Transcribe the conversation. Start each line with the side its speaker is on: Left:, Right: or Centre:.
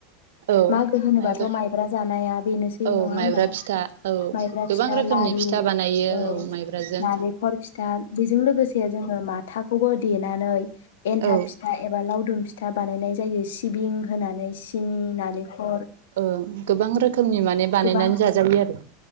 Right: औ
Left: मागो होनोबाथ'
Right: माइबा
Left: माइब्रा जानाया बेनोसै
Right: औ
Left: नङा होनबा
Right: माइब्रा फिथा औ
Left: माइब्रा
Right: गोबां
Left: फिथा
Right: रोखोमनि
Left: लारु
Right: फिथा बानायो
Left: औ
Right: माइब्राजों
Left: नालेंखल फिथा। बेजों लोगोसे जोङो मा माथाखौबो देनानै। एन्था
Right: औ
Left: फिथा एबा लाव गुदुं फिथा बानायनाय जायो सिबिं होनानै। सिनि नालेंखर
Right: ओ गोबां रोखोमनि माने बानायनानै
Left: गोबां
Right: जाजायो आरो।